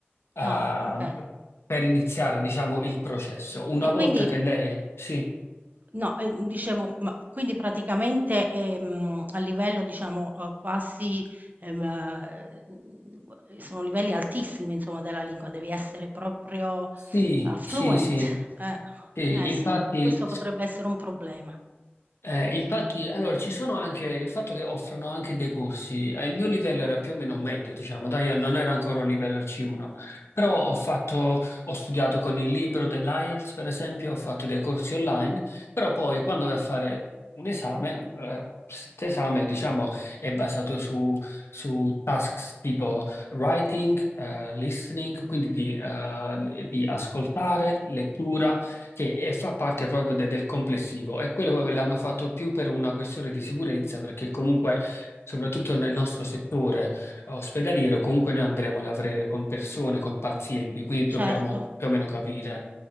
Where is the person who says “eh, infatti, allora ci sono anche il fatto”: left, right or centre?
Left